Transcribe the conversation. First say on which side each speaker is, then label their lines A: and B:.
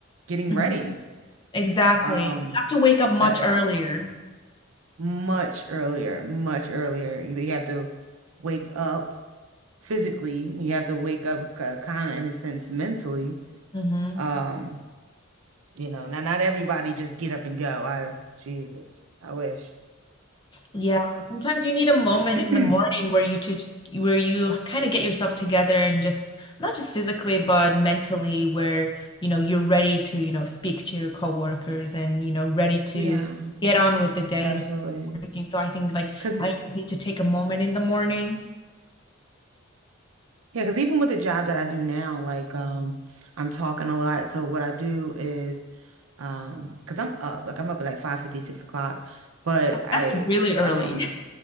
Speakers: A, on the right (about 80°); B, on the left (about 20°).
A: getting
B: Mhm.
A: ready.
B: Exactly.
A: Um,
B: You have to wake up much
A: that that's
B: earlier.
A: much earlier, much earlier. You, you have to wake up physically. You have to wake up kind of in a sense mentally.
B: hmm
A: Um, you know, not not everybody just get up and go. I Jesus, I wish. <laughs>
B: Yeah, sometimes you need a moment
A: <clears throat>
B: in the morning where you just where you kind of get yourself together and just not just physically but mentally where you know you're ready to you know speak to your coworkers and you know ready to
A: Yeah,
B: get on with the day
A: absolutely.
B: and start working. So I think like
A: Because
B: I always need to take a moment in the morning.
A: Yeah, because even with the job that I do now, like um, I'm talking a lot. So what I do is um, because I'm up, like I'm up at like five fifty, six o'clock. But I
B: That's really early.
A: um,
B: <laughs>